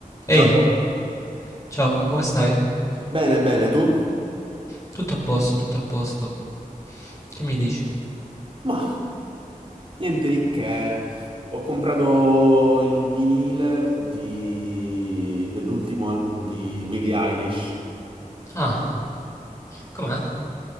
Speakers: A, on the left; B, on the right.
A: Ehi,
B: Ciao.
A: ciao, come stai?
B: Bene, bene, tu?
A: Tutto a posto, tutto a posto. Che mi dici?
B: Ma niente di che. Ho comprato il vinile di- dell'ultimo album di Billie Eilish.
A: Ah, com'è?